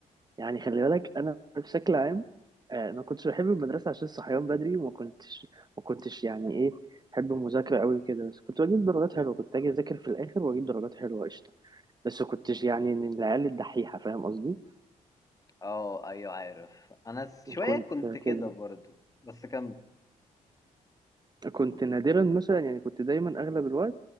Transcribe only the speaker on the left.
اه ايوه عارف انا س- شوية
كنت كده
برضو بس كم